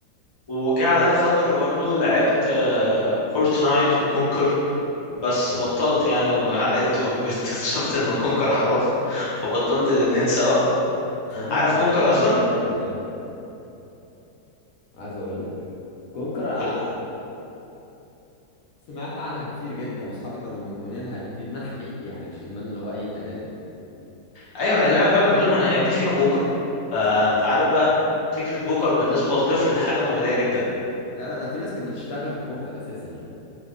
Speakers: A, on the left; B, on the left.
A: وجه عليا فترة برضو لعبت فورتنايت وكونكر بس
B: اه
A: بطلت يعني لما عقلت وكبرت <laughs> اكتشفت ان كونكر حرام فبطلت الاتنين سوا
B: انا فورتنايت
A: عارف كونكر
B: كنت بلعبها
A: اصلا
B: كتير جدا عايز اقول لك كونكر <laughs>
A: كنت
B: سمعت عنها كتير جدا واصحابي كانوا مدمنينها إدم- ادمان حقيقي يعني مش ادمان اللي هو اي كلام
A: ايوه هي لعبة فعلا بتقول ما انا يا ابني فيها بوكر فانت
B: آه.
A: عارف بقى فكرة بوكر بالنسبة لطفل حاجة مغرية جدا
B: لا لا ده في ناس كانت بتشتغل في كونكر اساسا يعني